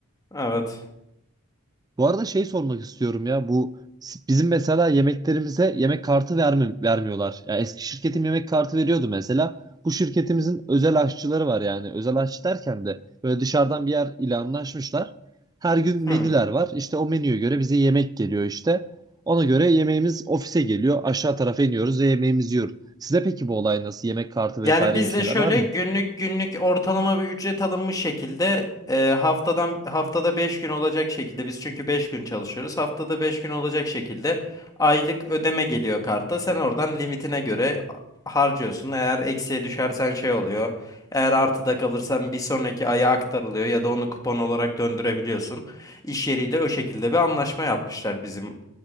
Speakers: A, on the left (about 15°); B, on the right (about 15°).
A: Evet.
B: Bu arada şey sormak istiyorum ya bu s- bizim mesela yemeklerimize yemek kartı vermi vermiyorlar. Ya eski şirketim yemek kartı veriyordu mesela. Bu şirketimizin özel aşçıları var yani. Özel aşçı derken de böyle dışarıdan bir yer ile anlaşmışlar. Her gün menüler
A: Hmm.
B: var. İşte o menüye göre bize yemek geliyor işte. Ona göre yemeğimiz ofise geliyor. Aşağı tarafa iniyoruz ve yemeğimizi yiyoruz. Size peki bu olay nasıl? Yemek kartı vesaire
A: Yani biz
B: gibi şeyler
A: de şöyle
B: var mı?
A: günlük günlük ortalama bir ücret alınmış şekilde e, haftadan haftada 5 gün olacak şekilde biz çünkü 5 gün çalışıyoruz. Haftada 5 gün olacak şekilde aylık ödeme geliyor karta. Sen oradan limitine göre a- harcıyorsun. Eğer eksiye düşersen şey oluyor. Eğer artıda kalırsan bir sonraki aya aktarılıyor ya da onu kupon olarak döndürebiliyorsun. İş yeriyle o şekilde bir anlaşma yapmışlar bizim